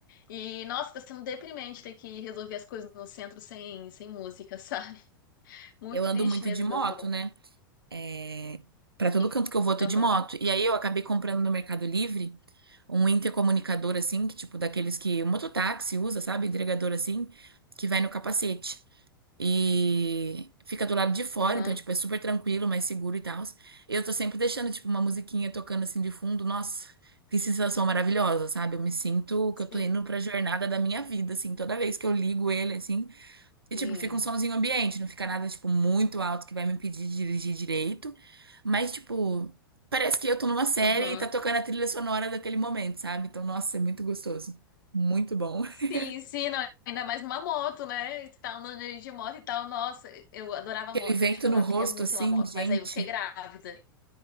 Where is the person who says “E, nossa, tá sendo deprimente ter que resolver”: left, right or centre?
Left